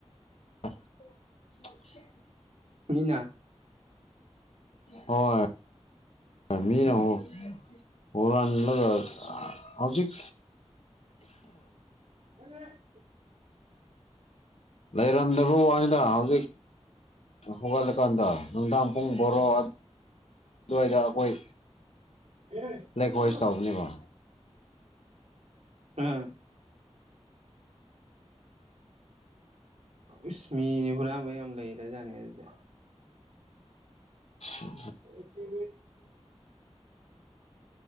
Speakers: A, on the left (about 70°); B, on the right (about 70°).
A: <unintelligible>
B: ꯁꯨꯅ
A: ꯍꯣꯏ ꯃꯤ ꯅꯍꯣ ꯍꯔ ꯑꯅꯤꯂ ꯍꯧꯖꯤꯛ
B: ꯎ
A: ꯂꯩꯔꯝꯗꯕ ꯋꯥꯅꯤꯗ ꯍꯧꯖꯤꯛ ꯍꯧꯒꯠꯂꯀꯥꯟꯗ ꯅꯨꯡꯗꯥꯡ ꯄꯨꯡ ꯕꯣꯔꯣ ꯑꯗꯨꯋꯥꯏꯗ ꯑꯩꯈꯣꯏ
B: ꯝ
A: ꯂꯦꯛ
B: ꯎꯝ
A: ꯍꯣꯏꯁ ꯇꯧꯕꯅꯦꯕ
B: ꯑꯝ ꯏꯁꯃꯤ ꯍꯨꯔꯥꯟ ꯌꯥꯝ ꯂꯩꯒꯔꯥꯖꯠꯅꯦ ꯑꯗꯨꯗꯤ
A: ꯎꯝ
B: ꯑꯗꯨ